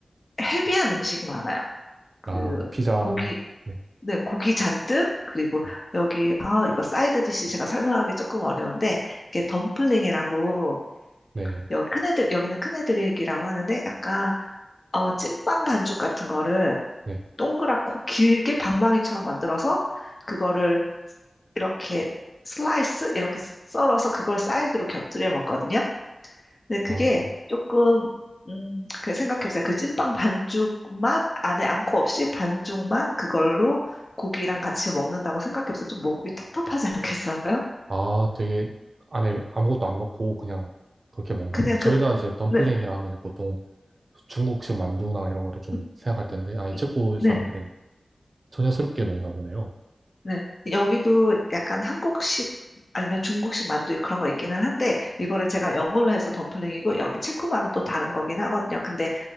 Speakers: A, on the left (about 50°); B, on the right (about 60°).
A: 헤비한 음식이 많아요. 그
B: 아, 뭐, 피자.
A: 고기,
B: 네,
A: 네, 고기 잔뜩 그리고
B: 네,
A: 여기 아 이거 사이드 디시 제가 설명하기 조금 어려운데 이게 덤플링이라고
B: 네.
A: 여기 큰애들 여기는 큰애들이라고 하는데 약간 어 찐빵 반죽 같은 거를
B: 네.
A: 동그랗고 길게 방망이처럼 만들어서 그거를 이렇게 슬라이스 이렇게 썰어서 그걸 사이드로 곁들여 먹거든요. 근데 그게
B: 아,
A: 조금 음, 그 생각해보세요. 그 찐빵 반죽만 안에 안고 없이 반죽만 그걸로 고기랑 같이 먹는다고 생각해보세요. 좀 목이 텁텁하지 않겠어요?
B: 아, 되게 안에 아무것도 안 넣고 그냥 그렇게 먹나
A: 그냥
B: 보네 저희가
A: 그
B: 이제 덤플링이라
A: 네,
B: 하면 보통 중국식 만두나 이런 거를 좀
A: 음,
B: 생각할 텐데, 아예
A: 음,
B: 체코 사람들은
A: 네,
B: 전혀 새롭게 먹나 보네요.
A: 네. 여기도 약간 한국식 아니면 중국식 만두 그런 거 있기는 한데 이거를 제가 영어로 해서 덤플링이고 여기 체코말은 또 다른 거긴 하거든요. 근데